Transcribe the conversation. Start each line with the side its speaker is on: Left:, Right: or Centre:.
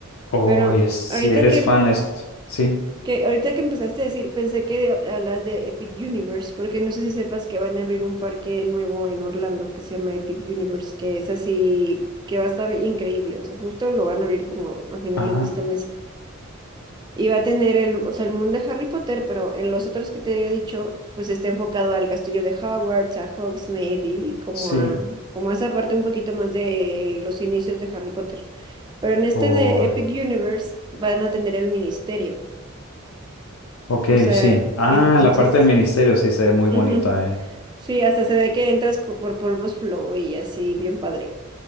Left: oh,
Right: Pero
Left: yes. si
Right: ahorita
Left: eres
Right: que,
Left: fan, es... Sí.
Right: que, ahorita que empezaste a decir, pensé que de- hablas de Epic Universe, porque no sé si sepas que van a abrir un parque nuevo en Orlando que se llama Epic Universe, que es así, que va a estar increíble. O sea, justo lo van a abrir como a finales
Left: Ajá.
Right: de este mes. Y va a tener el, o sea, el mundo de Harry Potter, pero en los otros que te había dicho, pues está enfocado al castillo de Hogwarts, a Hogsmeade y como
Left: Sí.
Right: a, como a esa parte un poquito más de los inicios de Harry Potter. Pero en este
Left: Oh,
Right: de Epic Universe van a tener el ministerio.
Left: ok,
Right: O sea,
Left: sí. Ah,
Right: entonces,
Left: la parte del ministerio sí se ve muy bonita,
Right: ujú.
Left: eh.
Right: Sí, hasta se ve que entras co- por Polvos Flow y así, bien padre.